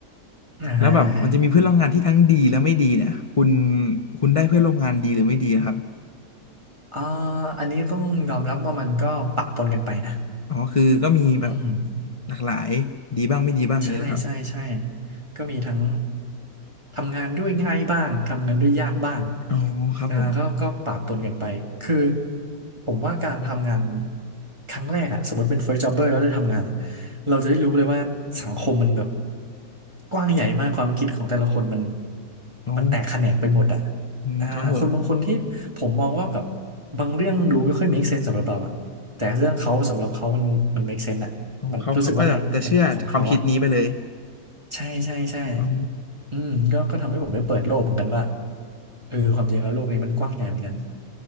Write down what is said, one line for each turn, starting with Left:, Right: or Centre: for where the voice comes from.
Right: อ่าฮะอ่าฮะ
Left: แล้วแบบมันจะมีเพื่อนร่วมงานที่ทั้งดีและไม่ดีเนี่ยคุณคุณได้เพื่อนร่วมงานดีหรือไม่ดีอะครับ
Right: อ่าอันนี้ต้องยอมรับว่ามันก็ปะปนกันไปนะ
Left: อ๋อคือก็มีแบบ
Right: อืม
Left: หลากหลายดีบ้างไม่ดีบ้างอย่างนี้แหละครับ
Right: ใช่ใช่ใช่ก็มีทั้งทำงานด้วยง่ายบ้าง ทำงานด้วยยากบ้าง
Left: อ๋อครับผม
Right: ก็ก็ก็ปะปนกันไป คือผมว่าการทำงานครั้งแรกอะ สมมติเป็น first jobber แล้วได้ทำงานอะเราจะได้รู้เลยว่าสังคมมันแบบกว้างใหญ่มากความคิดของแต่ละคนมัน
Left: อ๋อ
Right: มันแตกแขนงไปหมดอะ
Left: อืมครับผม
Right: อ่าคนบางคนที่ผมมองว่าแบบบางเรื่องดูไม่ค่อย make sense สำหรับเราอะแต่เรื่องเขาสำหรับเขามันมัน make sense อะมันรู้สึกว่าเนี่ยมันของเขาอะ
Left: อ๋อเขาเขาก็แบบจะเชื่อความคิดนี้ไปเลย
Right: ใช่ใช่ใช่
Left: อ๋อ
Right: อืมก็ก็ทำให้ผมได้เปิดโลกเหมือนกันว่าเออความจริงแล้วโลกนี้มันกว้างใหญ่เหมือนกัน